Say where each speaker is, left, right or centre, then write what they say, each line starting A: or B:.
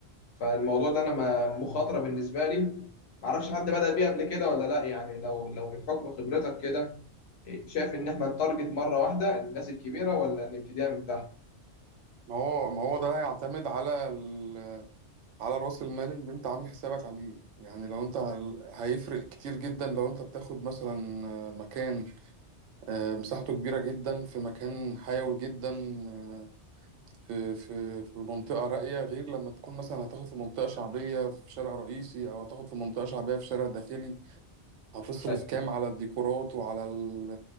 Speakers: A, on the left; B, on the right.
A: فالموضوع ده انا ما- مخاطره بالنسبه لي معرفش حد بدأ بيه قبل كده ولا لا يعني لو لو من حكم خبرتك كده إيه، شايف ان احنا نتارجت مره واحده الناس الكبيره ولا نبتديها من تحت
B: ما هو ما هو ده هيعتمد على ال... على رأس المال اللي أنت عامل حسابك عليه يعني لو أنت ه- هيفرق كتير جدا لو أنت بتاخد مثلا مكان آه، مساحته كبيرة جدا في مكان حيوي جدا آه، في في في منطقة راقية غير لما تكون مثلا هتاخد في منطقة شعبية في شارع رئيسي أو هتاخد في منطقة شعبية في شارع داخلي هتصرف
A: ايوه
B: كام على الديكورات وعلى ال-